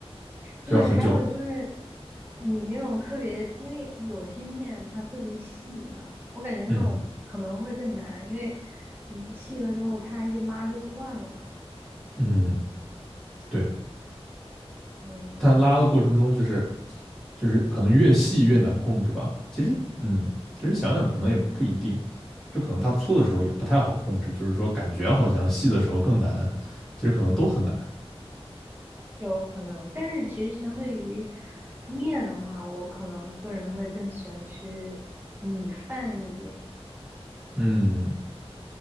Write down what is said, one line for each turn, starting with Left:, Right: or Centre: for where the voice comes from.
Right: 对，
Centre: 就要很久，
Right: 还有就是你那种特别，因为有些面它特别细嘛，我感觉那种可能会更难，
Centre: 嗯
Right: 因为你细了之后它一拉就断了，
Centre: 嗯，对，
Right: 嗯，
Centre: 它拉的过程中就是就是可能越细越难控制吧，其实嗯，其实想想可能也不一定。就可能它粗的时候也不太好控制，就是说感觉好像细的时候更难，其实可能都很难。
Right: 就有可能。但是其实相对于面的话，我可能个人会更喜欢吃米饭一点，
Centre: 嗯，